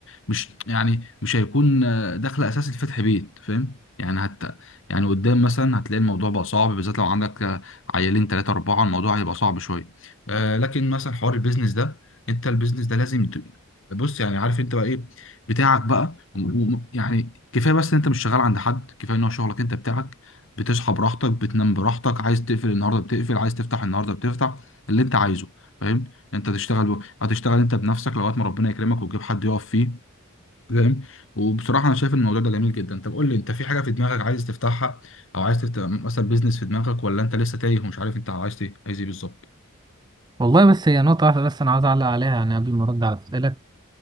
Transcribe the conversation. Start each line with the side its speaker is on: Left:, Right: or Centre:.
Left: مش يعني مش هيكون آه، دخل اساسي لفتح بيت فاهم يعني حتى يعني قدام مثلا هتلاقي الموضوع بقى صعب بالذات لو عندك آه، عيالين ثلاثة أربعة الموضوع هيبقى صعب شوية آه لكن مثلا حوار البيزنس ده انت البيزنس ده لازم ت- بص يعني عارف انت بقى ايه بتاعك بقى و- و- يعني كفايه بس ان انت مش شغال عند حد كفايه ان هو شغلك انت بتاعك بتصحى براحتك بتنام براحتك عايز تقفل النهارده بتقفل عايز تفتح النهارده بتفتح اللي انت عايزه فاهم انت تشتغل ب... هتشتغل انت بنفسك لغايه ما ربنا يكرمك وتجيب حد يقف فيه فاهم وبصراحه انا شايف الموضوع ده جميل جدا طب قول لي انت في حاجه في دماغك عايز تفتحها او عايز تفتح مثلا بيزنس في دماغك ولا انت لسه تايه ومش عارف انت عايز ايه عايز ايه بالظبط
Right: والله بس هي نقطة واحدة بس انا عايز اعلق عليها يعني قبل ما ارد على اسئلك